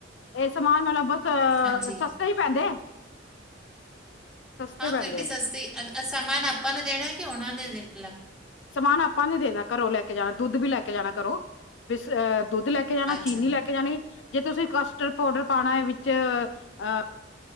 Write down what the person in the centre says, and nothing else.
ਹਾਂਜੀ
ਹਾਂ,
ਫਿਰ ਬੀ ਸਸਤੀ ਅ ਅ ਸਮਾਨ ਅਪਾਂ ਨੇ ਦੇਣੈ ਕਿ ਔਨਾਂ ਨੇ ਦੇਣ
ਅੱਛਾ